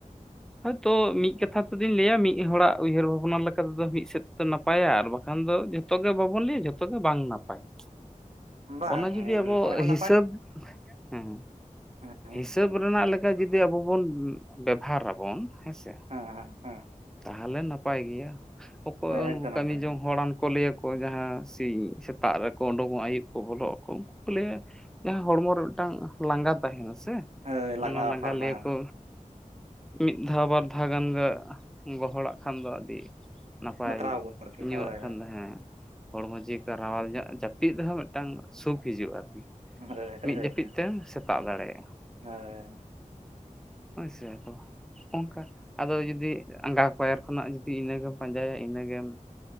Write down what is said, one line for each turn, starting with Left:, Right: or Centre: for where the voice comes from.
Centre: ᱦᱳᱭᱛᱚ ᱢᱤᱫ ᱠᱟᱛᱷᱟ ᱛᱮᱫᱚᱧ ᱞᱟᱹᱭᱟ ᱢᱤᱫ ᱦᱚᱲᱟᱜ ᱩᱭᱦᱟᱹᱨ ᱵᱷᱟᱵᱱᱟ ᱞᱮᱠᱟᱛᱮᱫᱚ ᱢᱤᱫ ᱥᱮᱫ ᱛᱚ ᱱᱟᱯᱟᱭᱟ ᱟᱨ ᱵᱟᱠᱷᱟᱱ ᱫᱚ ᱡᱷᱚᱛᱚ ᱜᱮ ᱵᱟᱵᱚᱱ ᱞᱟᱹᱭᱟ ᱡᱷᱚᱛᱚ ᱜᱮ ᱵᱟᱝ ᱱᱟᱯᱟᱭᱟ᱾
Right: ᱵᱟᱝ
Centre: ᱚᱱᱟ ᱡᱩᱫᱤ ᱟᱵᱚ
Right: ᱱᱟᱯᱟᱭ ᱦᱚᱸ
Centre: ᱦᱤᱥᱟᱹᱵ ᱦᱮᱸ
Right: ᱦᱮᱸ᱾
Centre: ᱦᱤᱥᱟᱹᱵ ᱨᱮᱱᱟᱜ ᱞᱮᱠᱟ ᱡᱩᱫᱤ ᱟᱵᱚ ᱵᱚᱱ ᱵᱮᱵᱷᱟᱨᱟᱵᱚᱱ ᱦᱮᱸᱥᱮ,
Right: ᱦᱮᱸ ᱦᱮᱸ
Centre: ᱛᱟᱦᱚᱞᱮ ᱱᱟᱯᱟᱭ ᱜᱮᱭᱟ ᱚᱠᱚᱭ
Right: ᱦᱳᱭ
Centre: ᱩᱱᱠᱩ
Right: ᱮᱠᱫᱚᱢ
Centre: ᱠᱟᱹᱢᱤ
Right: ᱮᱠᱫᱚᱢ
Centre: ᱡᱚᱝ ᱦᱚᱲᱟᱱ ᱠᱚ ᱞᱟᱹᱭᱟ ᱠᱚ ᱠᱚ ᱡᱟᱦᱟᱸ ᱥᱤᱧ ᱥᱮᱛᱟᱜ ᱨᱮᱠᱚ ᱩᱰᱩᱠᱚᱜᱼᱟ, ᱟᱹᱭᱩᱵ ᱠᱚ ᱵᱚᱞᱚᱜ ᱟᱠᱚ ᱩᱱᱠᱩ ᱠᱚ ᱞᱟᱭᱟ ᱡᱟᱦᱟᱸ ᱦᱚᱲᱢᱚ ᱨᱮ ᱢᱤᱫᱴᱟᱝ ᱞᱟᱸᱜᱟ ᱛᱟᱸᱦᱮᱱᱟ ᱥᱮ?
Right: ᱦᱳᱭ
Centre: ᱚᱱᱟ ᱞᱟᱸᱜᱟ
Right: ᱯᱷᱟᱨᱱᱟ
Centre: ᱞᱤᱭᱟᱹ ᱠᱚ ᱢᱤᱫ ᱫᱷᱟᱣ ᱵᱟᱨ ᱫᱷᱟᱣ ᱜᱟᱱ ᱜᱮ ᱜᱚᱦᱚᱲᱟᱜ ᱠᱷᱟᱱ ᱫᱚ ᱟᱹᱰᱤ ᱱᱟᱯᱟᱭ,
Right: ᱵᱟᱛᱨᱟᱣ ᱜᱚᱫ ᱟᱨᱠᱤ
Centre: ᱧᱩᱣᱟᱜ
Right: ᱦᱳᱭ
Centre: ᱠᱷᱟᱱ ᱫᱚ ᱦᱮᱸ᱾ ᱦᱚᱲᱢᱚ ᱡᱤᱣᱤᱠᱚ ᱨᱟᱣᱟᱞ ᱧᱚᱜ, ᱡᱟᱹᱯᱤᱫ ᱨᱮᱦᱚᱸ ᱢᱤᱫᱴᱟᱝ ᱥᱩᱠ ᱦᱤᱡᱩᱜᱼᱟ ᱟᱨᱠᱤ ᱾
Right: ᱦᱳᱭ ᱦᱳᱭ
Centre: ᱢᱤᱫ ᱡᱟᱹᱯᱤᱫ ᱛᱮᱢ ᱥᱮᱛᱟᱜ ᱫᱟᱲᱮᱭᱟᱜᱼᱟ᱾
Right: ᱦᱳᱭ
Centre: ᱦᱳᱭᱥᱮ ᱟᱫᱚ ᱚᱱᱠᱟ, ᱟᱫᱚ ᱡᱩᱫᱤ ᱟᱸᱜᱟ ᱯᱟᱭᱟᱨ ᱠᱷᱚᱱᱟᱜ ᱡᱩᱫᱤ ᱤᱱᱟᱹᱜᱮᱢ ᱯᱟᱸᱡᱟᱭᱟ, ᱤᱱᱟᱹᱜᱮᱢ